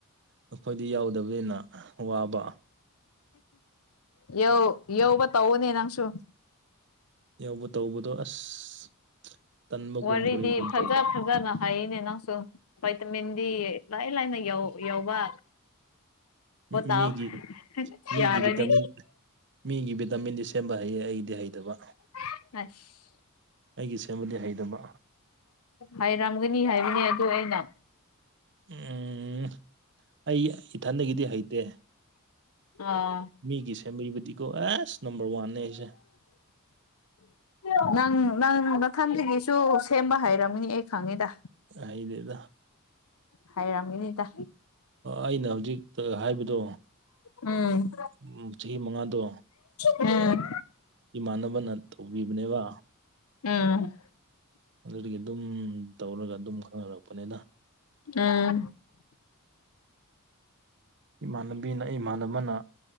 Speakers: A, on the right; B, on the left.
A: ꯑꯩꯈꯣꯏꯗꯤ ꯌꯥꯎꯗꯕꯅ ꯋꯥꯕ
B: ꯌꯧ ꯌꯧꯧꯕ ꯇꯧꯅꯦ ꯅꯪꯁꯨ
A: ꯌꯥꯎꯧꯕ ꯇꯧꯕꯗꯣ ꯑꯁ ꯇꯟꯕꯒꯨꯝ
B: ꯋꯥꯔꯤꯗꯤ
A: ꯀꯔꯤꯒꯨꯝ
B: ꯐꯖ
A: ꯇꯧꯕ
B: ꯐꯖꯅ ꯍꯥꯏꯔꯤꯅꯦ ꯅꯪꯁꯨ ꯚꯥꯏꯇꯃꯤꯟ ꯗꯤ ꯂꯥꯏ ꯂꯥꯏꯅ ꯌꯎꯧꯕ
A: ꯃꯤꯒꯤ
B: ꯇꯥꯑꯣ ꯀꯔꯅꯤ
A: ꯃꯤꯒꯤ ꯚꯤꯇꯥꯃꯤꯟ ꯃꯤꯒꯤ ꯚꯤꯇꯥꯃꯤꯟꯗꯤ ꯁꯦꯝꯕ ꯍꯩꯌꯦ ꯑꯩꯗꯤ ꯍꯩꯇꯕ
B: ꯑꯁ
A: ꯑꯩꯒꯤ ꯁꯦꯃꯤꯂꯤ ꯍꯩꯇꯕ
B: ꯍꯥꯏꯔꯝꯒꯅꯤ ꯍꯥꯏꯕꯅꯦ ꯑꯗꯨ ꯑꯩꯅ
A: ꯎꯝ ꯑꯩ ꯏꯊꯟꯗꯒꯤꯗꯤ ꯍꯩꯇꯦ
B: ꯑꯥ
A: ꯃꯤꯒꯤꯁꯦ ꯃꯔꯤꯕꯗꯤꯀꯣ ꯑꯦꯁ ꯅꯝꯕꯔ ꯋꯥꯟꯅꯦ ꯑꯩꯁꯦ
B: ꯎ ꯅꯪ ꯅꯪ ꯃꯊꯟꯁꯤꯒꯤꯁꯨ ꯁꯦꯝꯕ ꯍꯥꯏꯔꯝꯃꯤꯅꯤ ꯑꯩ ꯈꯪꯉꯤꯗ
A: ꯑꯗꯦꯗ
B: ꯍꯥꯏꯔꯝꯃꯤꯅꯤꯗ
A: ꯑꯩꯅ ꯍꯧꯖꯤꯛꯇ ꯍꯥꯏꯕꯗꯣ
B: ꯎꯝ
A: ꯎꯝ ꯆꯍꯤ ꯃꯉꯥꯗꯣ
B: ꯎꯝ
A: ꯏꯃꯥꯟꯅꯕꯅ ꯇꯧꯕꯤꯕꯅꯦꯕ
B: ꯎꯝ
A: ꯑꯗꯨꯗꯒꯤ ꯑꯗꯨꯝ ꯇꯧꯔꯒ ꯑꯗꯨꯝ ꯈꯪꯅꯔꯛꯄꯅꯤꯗ
B: ꯎꯝ
A: ꯏꯃꯥꯟꯅꯕꯤꯅ ꯏꯃꯥꯟꯅꯕꯅ